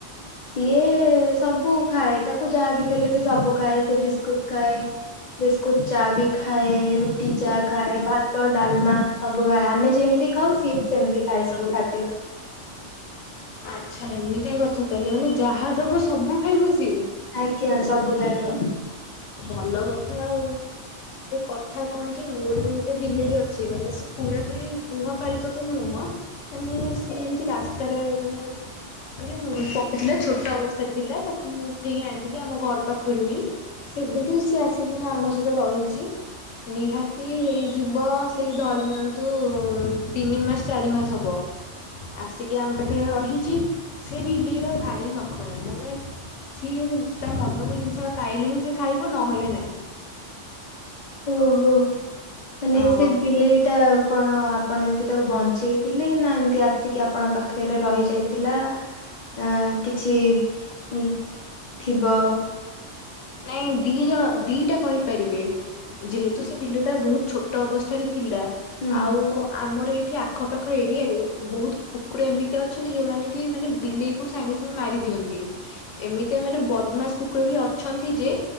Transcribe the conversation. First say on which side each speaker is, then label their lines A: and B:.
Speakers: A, on the left; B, on the left.
A: ସିଏ ସବୁ ଖାଏ, ତାକୁ ଯାହା ବିି ଦେଲେ ସେ ସବୁ ଖାଏ। ସେ ବିସ୍କୁଟ୍ ଖାଏ। ବିସ୍କୁଟ୍ ଚା ବି ଖାଏ। ରୁଟି ଚା ଖାଏ। ଭାତ ଡାଲମା ସବୁ ଖାଏ। ଆମେ ଯେମିତି ଖାଉ ସିଏ ବି ସେମିତି ଖାଏ ସବୁ ଖାଦ୍ୟ।
B: ଆଚ୍ଛା ଏମିତିଆ କଥା ତାହେଲେ ମାନେ ଯାହା ଦବୁ ସବୁ ଖାଇବ ସିଏ।
A: ଆଜ୍ଞା ସବୁ ଖାଇବ।
B: ଭଲ କଥା ଆଉ। ଏ କଥା କଣ କି ମୋର ବି ଗୋଟେ ବିଲେଇ ଅଛି। ମାନେ ସେ ପୁରା ପୁରି ଗୁହ ପାଳିତ ତ ନୁହଁ ମାନେ ସିଏ ଏମିତି ରାସ୍ତାରେ ମାନେ ମାନେ ମୁଁ ପଡିଥିଲା ଛୋଟ ଅବସ୍ଥାରେ ଥିଲା ତାକୁ ମୁଁ ଉଠେଇକି ଆଣିଥିଲି ଆମ ଘର ପାଖରୁ ହିଁ। ସେବେଠୁ ସିଏ ଆସିକି ଆମ ସହିତ ରହିଛି। ନିହାତି ହେଇଯିବ ସେଇ ଧରି ନିଅନ୍ତୁ ତିନି ମାସ ଚାରି ମାସ ହବ। ଆସିକି ଆମ ପାଖରେ ରହିଛି। ସେ ବିଲେଇ ର ଭାରି ନଖରା। ମାନେ ଛି <unintelligible> ତା ମନକୁ ଜିନିଷ ଟା ପାଇଲେ ହିଁ ସିଏ ଖାଇବ ନହେଲେ ନାଇଁ।
A: ଓହୋ! ମାନେ
B: ହଁ
A: ସେ ବିଲେଇ ଟା କଣ ଆପଣ ଏମତି ତାକୁ ବଞ୍ଚେଇଥିଲେ, ନା ଏମିତି ଆସିକି ଆପଣ ପାଖରେ ରହିଯାଇଥିଲା? ଆ, କିଛି ଉଁ, ଥିବ।
B: ନାଇଁ ଦି ଜଣ ଦିଟା କହିପାରିବେ, ଯେହେତୁ ସେ ବିଲେଇ ଟା ବହୁତ ଛୋଟ ଅବସ୍ଥାରେ ଥିଲା।
A: ହୁଁ
B: ଆଉ ଆମର ଏଇ ଏଠି ଆଖପାଖ ଏରିଆ ରେ ବହୁତ କୁକୁର ଏମିତି ଅଛନ୍ତି ଯୋଉମାନେ କି ମାନେ ବିଲେଇ ସାଙ୍ଗେ ସାଙ୍ଗେ ମାରି ଦିଅନ୍ତି ଏମିତି ମାନେ ବଦମାସ କୁକୁର ବି ଛନ୍ତି ଯେ